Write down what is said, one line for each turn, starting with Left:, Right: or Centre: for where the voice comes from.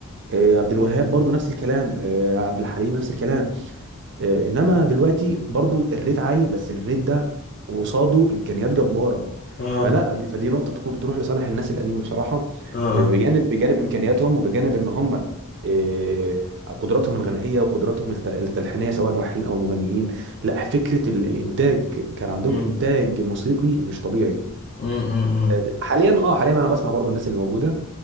Right: آه، عبد الوهاب
Left: مم.
Right: برضو نفس الكلام آه، عبد الحليم نفس الكلام آه، انما دلوقتي برضو الريت عالي بس الريت ده قصاده امكانيات جباره
Left: اه
Right: فلا دي فدي نقطه تكون تروح لصالح الناس القديمه بصراحه
Left: اه
Right: آه،
Left: اه
Right: بجانب بجانب امكانياتهم وبجانب ان هم إيه، قدراتهم الغنائيه وقدراتهم الت- التلحينيه سواء الملحنين او المغنيين لا فكره ال- الانتاج كان عندهم
Left: مم.
Right: انتاج موسيقي مش طبيعي
Left: مم. مم. مم.
Right: آه، حاليا اه حاليا انا بسمع برضو الناس اللي موجوده